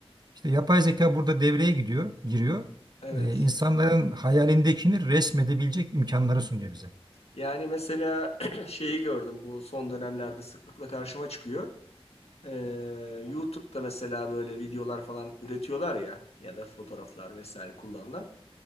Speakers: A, on the right; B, on the left.
A: İşte yapay zeka burada devreye gidiyor, giriyor.
B: Evet.
A: E, insanların hayalindekini resmedebilecek imkanları sunuyor bize.
B: Yani mesela <clears throat> şeyi gördüm bu son dönemlerde sıklıkla karşıma çıkıyor. Ee, YouTube'da mesela böyle videolar falan üretiyorlar ya ya da fotoğraflar vesaire kullanılan.